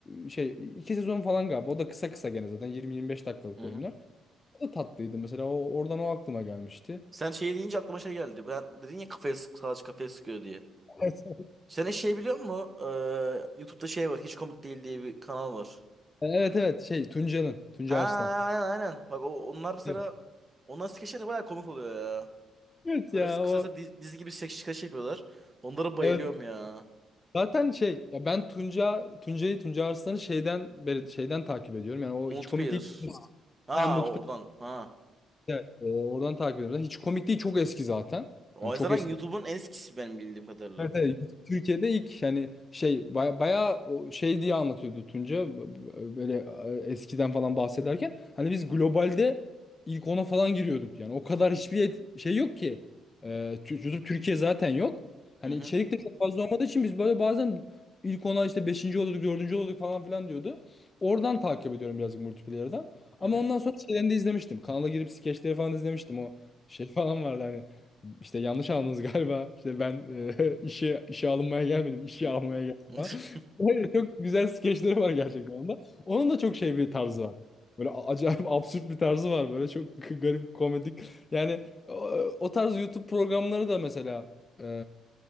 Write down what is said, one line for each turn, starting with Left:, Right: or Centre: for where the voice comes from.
Left: e, şey iki sezon falan galiba. O da kısa kısa gene zaten 20-25 dakikalık
Right: Hı
Left: bölümler.
Right: hı.
Left: O da tatlıydı mesela. O, oradan o aklıma gelmişti.
Right: Sen şey deyince aklıma şey geldi. Ben dedin ya kafaya sık, salaç kafaya sıkıyor diye.
Left: Evet
Right: Sen hiç şey biliyor musun? Ee, YouTube'da şey var. Hiç komik değil diye bir kanal var.
Left: <laughs> evet evet. şey Tunca'nın. Tunca
Right: Ha aynen
Left: Arslan.
Right: aynen. Bak o, onlar mesela
Left: Evet
Right: onlar skeçler de bayağı komik oluyor ya.
Left: Evet
Right: Böyle
Left: ya
Right: kısasa
Left: o.
Right: dizi, dizi gibi skeç skeç yapıyorlar. Onlara bayılıyorum
Left: Evet.
Right: ya.
Left: Zaten şey ya ben Tunca Tunca'yı Tunca Arslan'ı şeyden beri şeyden takip ediyorum. Yani o
Right: Multiplayer.
Left: hiç komik değil.
Right: Ha
Left: Yani Mutlu
Right: oradan. Ha.
Left: Evet, e, oradan takip ediyorum. Zaten Hiç komik değil çok eski zaten.
Right: O
Left: Hani
Right: yüzden
Left: çok eski.
Right: YouTube'un en eskisi benim bildiğim kadarıyla.
Left: Evet, evet. Türkiye'de ilk yani şey baya, bayağı o şey diye anlatıyordu Tunca B- b- böyle e, eskiden falan bahsederken hani biz globalde ilk ona falan giriyorduk yani o kadar hiçbir et- şey yok ki Ee, Tü- YouTube Türkiye zaten yok hani
Right: Hı hı.
Left: içerik de çok fazla olmadığı için biz böyle bazen ilk ona işte beşinci oluyorduk dördüncü oluyorduk falan filan diyordu oradan takip ediyorum birazcık multiplayer'dan
Right: Hı
Left: ama
Right: hı.
Left: ondan sonra şeylerini de izlemiştim kanala girip skeçleri falan izlemiştim o şey <laughs> falan vardı hani. İşte yanlış anladınız <laughs> galiba. İşte ben e, <laughs> işe işe alınmaya gelmedim. işe
Right: Hı
Left: almaya geldim
Right: <laughs>
Left: ben.
Right: hı.
Left: Böyle çok güzel skeçleri var gerçekten onda. Onun da çok şey bir tarzı var. Böyle a- acayip <laughs> absürt bir tarzı var böyle çok <laughs> garip komedik. Yani o, o tarz YouTube programları da mesela e,